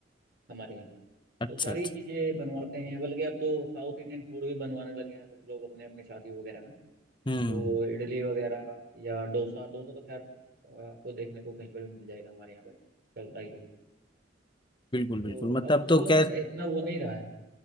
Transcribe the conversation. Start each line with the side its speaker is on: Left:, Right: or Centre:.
Right: हमारे यहाँ
Left: अच्छा
Right: तो सारी
Left: अच्छा
Right: चीजें बनवाते हैं बल्कि अब तो साउथ इंडियन फूड भी बनवाने लगे हैं कुछ लोग अपने अपने शादी वगैरह में तो
Left: हम्म
Right: इडली वगैरह या डोसा डोसा तो खैर अ, आपको देखने को कहीं पर भी मिल जाएगा हमारे यहाँ पे चलता ही है
Left: बिल्कुल
Right: तो
Left: बिल्कुल मतलब
Right: अब तो
Left: तो
Right: मतलब
Left: क्या
Right: इतना वो नहीं रहा है